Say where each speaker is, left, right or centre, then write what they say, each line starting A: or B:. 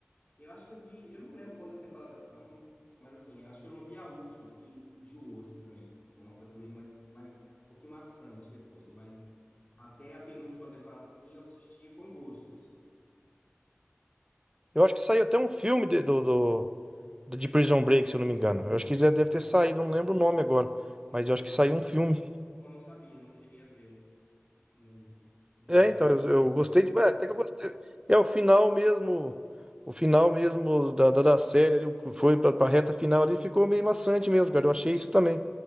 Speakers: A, on the left; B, on the right.
A: Eu acho que eu vi, eu não lembro quantas temporadas são, mas assim, eu acho que eu não vi a última, que enjoou assim também. Foi Uma coisa meio mais, mais um pouquinho maçante depois, mas até a penúltima temporada assim eu assisti com gosto, assim.
B: Eu acho que saiu até um filme de, do, do- do- de Prison Break, se eu não me engano. Eu acho que já deve ter saído, não lembro o nome agora.
A: Não
B: Mas
A: cheguei
B: eu acho que saiu
A: a...
B: um filme.
A: Eu não sabia, não cheguei a ver nem nada
B: É,
A: comentando
B: então, eu,
A: sobre.
B: eu gostei de. é, Até que eu gostei. É o final mesmo. O final mesmo da, da, da série ali, o que foi pra, pra reta final ali, ficou meio maçante mesmo, cara. Eu achei isso também.